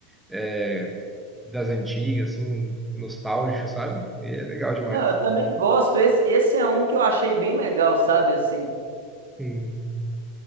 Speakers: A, in the centre; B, on the right.
A: é, das antigas, assim, nostálgico, sabe? E é legal demais.
B: Não, eu também gosto. Esse, esse é um que eu achei bem legal, sabe, assim.
A: Hum.